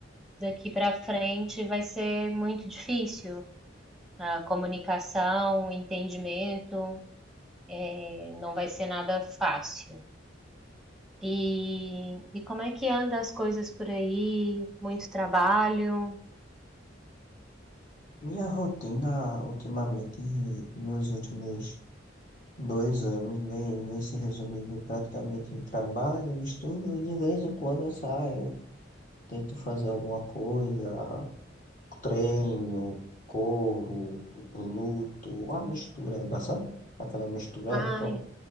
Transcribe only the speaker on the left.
Minha rotina, ultimamente, nos últimos dois anos, vem, vem se resumindo praticamente em trabalho, no estudo, e de vez em quando eu saio, tento fazer alguma coisa, Treino, corro, luto, uma mistura, dá, sabe? Aquela mistura,
pronto.